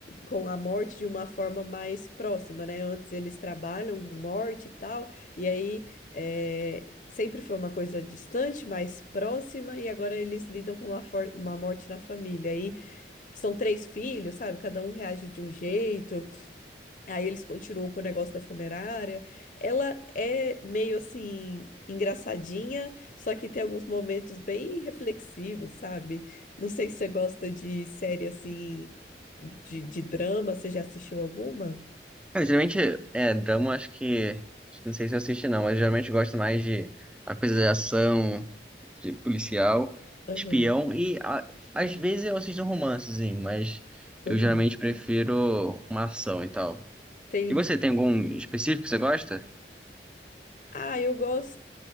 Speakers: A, on the left; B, in the centre.
A: com a morte de uma forma mais próxima, né? Antes eles trabalham com morte e tal, e aí é, sempre foi uma coisa distante, mais próxima, e agora eles lidam com uma, for- uma morte na família. Aí são três filhos, sabe? Cada um reage de um jeito, aí eles continuam com o negócio da funerária. Ela é meio assim, engraçadinha, só que tem alguns momentos bem reflexivos, sabe? Não sei se você gosta de série assim, de, de drama, você já assistiu alguma?
B: Cara, geralmente, é, drama acho que, acho que não sei se eu assisto não, mas geralmente eu gosto mais de a coisa de ação, de policial, espião
A: Aham,
B: e a- às vezes eu assisto um romancezinho, mas eu
A: aham.
B: geralmente prefiro uma ação e tal.
A: Entendi.
B: E você, tem algum específico que você gosta?
A: Ah, eu gosto.